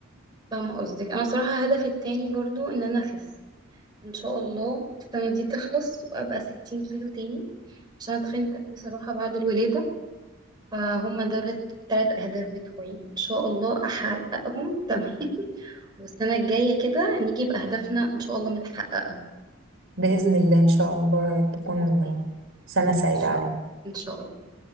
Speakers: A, on the right; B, on the right.
A: فاهمه قصدك انا صراحه هدفي التاني برضو ان انا اخس ان شاء الله السنة دي تخلص وابقى 60 كيلو تاني عشان اتخنت قوي صراحة بعد الولادة فهم دول التلات اهداف بتوعي ان شاء الله احققهم <laughs> تمام والسنة الجاية كده نيجي بأهدافنا ان شاء الله متحققة
B: بإذن الله إن شاء الله تكون
A: بإذن الله
B: سنة سعيدة
A: ان شاء
B: علينا
A: ان شاء الله